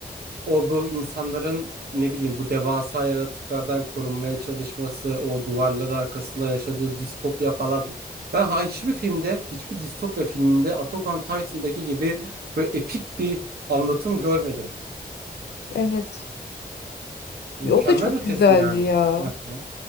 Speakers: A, on the right; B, on the left.
A: o bu insanların ne bileyim bu devasa yaratıklardan korunmaya çalışması, o duvarlar arkasında yaşadığı distopya falan. Ben ha hiçbir filmde, hiçbir distopya filminde Attack on Titan'daki gibi böyle epik bir anlatım görmedim.
B: Evet.
A: Mükemmel
B: O da çok
A: ötesi
B: güzeldi
A: yani.
B: ya.
A: Hı hı.